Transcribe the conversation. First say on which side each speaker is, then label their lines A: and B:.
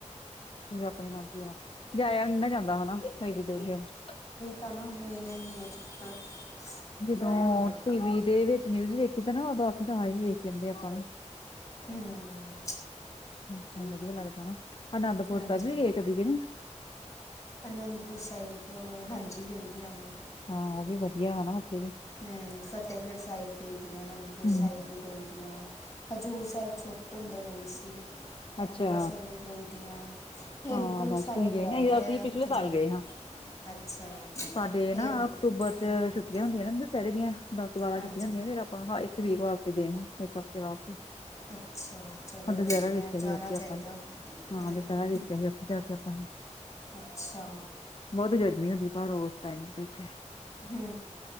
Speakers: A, on the left (about 45°); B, on the left (about 25°).
A: ਆਪਣੇ ਨਾਲ ਕੀ ਜਾਯਾ ਨੀ ਨਾ ਜਾਂਦਾ ਹਨਾ, ਏਡੀ ਦੂਰ <unintelligible>
B: ਤਾ ਨਾ ਮੇਨ ਐਈ ਚੱਕਰ
A: ਜਿਦੋਂ
B: ਜਾਇਆ ਨਹੀਂ ਜਾਂਦਾ
A: ਟੀ ਵੀ ਦੇ ਵੇਚ ਨਿਊਜ ਵੇਖੀ ਤਾਂ ਨਾ, ਉਦੋਂ ਆਖੀ ਤਾਂ ਹਾਏ ਵੇਖ ਆਦੇ ਆਪਾਂ ਵੀ
B: ਹਮ
A: ਲੰਚ ਟਾਈਮ ਵਦੀਆ ਲੱਗਦਾ ਨਾ ਅਨੰਦਪੁਰ
B: ਹਾਂਜੀ
A: ਸਾਈਬ ਵੀ ਗਏ, ਕਦੀ ਕਦੀ
B: ਅਨੰਦਪੁਰ ਸਾਈਬ, ਹਾਂਜੀ ਗਈ ਦੀ ਆਂ ਮੈਂ
A: ਹਾਂ, ਓਵੀ ਵਦੀਆ ਹਨਾ ਓਥੇ
B: ਹੂੰ‌, ‌ ਫਤੇਗੜ ਸਾਈਬ ਗਈ ਦੀ ਆਂ, ਅਨੰਦਪੁਰ
A: ਹਮ
B: ਸਾਈਬ ਵੀ ਗਈ ਦੀਆਂ, ਹਜ਼ੂਰ ਸਾਈਬ ਛੋਟ ਹੁੰਦੇ ਗਈ ਸੀ।
A: ਅੱਛਾ
B: ਅੰਬਰਸਰ ਵੀ ਗਈ ਦੀ ਆਂ, ਹੇਮਕੁੰਡ
A: ਹਾਂ ਬਸ
B: ਸਾਈਬ
A: ਤੁਸੀਂ ਗਏ
B: ਰੈਗੇਆ
A: ਨਾ ਅਸੀਂ ਪਿਛਲੇ
B: ਓਥੇ
A: ਸਾਲ
B: ਜਾਣਾ
A: ਗਏ ਹਾਂ
B: ਅੱਛਾ,
A: ਸਾਡੇ
B: ਹੇਮ
A: ਨਾ
B: <unintelligible>
A: ਅਕਤੂਬਰ ਚ ਛੁੱਟੀਆਂ ਹੁੰਦੀਆਂ ਨਾ ਦਸੈਰੇ ਦੀਆਂ, ਦਾੱਸ ਬਾਰਾਂ
B: ਹਾਂਜੀ
A: ਛੁੱਟੀਆਂ ਹੁੰਦੀਆਂ ਫੇਰ ਆਪਾਂ ਹਾਂ ਏਕ ਵੀਕ ਵਾਸਤੇ ਗਏ ਹਾਂ <unintelligible> ਵਾਸਤੇ,
B: ਅੱਛਾ ਚਲੋ
A: ਹਾ ਦਸੈਰਾ
B: ਵਧੀਆ
A: ਵੇ
B: ਜਾਣਾ
A: ਜੇੜੀ ਓਥੇ
B: ਚਾਹੀਦਾ
A: ਆਪਾਂ ਨੇ,
B: ਹਮ
A: ਹਾਂ ਦਸੈਰਾ ਵੇਖੇਆ ਸੀ ਓਥੇ ਜਾਕੇ ਆਪਾਂ ਨੇ।
B: ਅੱਛਾ
A: ਬੋਤ ਗਰਮੀ ਹੁੰਦੀ ਪਰ ਓਸ ਟਾਏਮ ਓਥੇ
B: ਹੂੰ।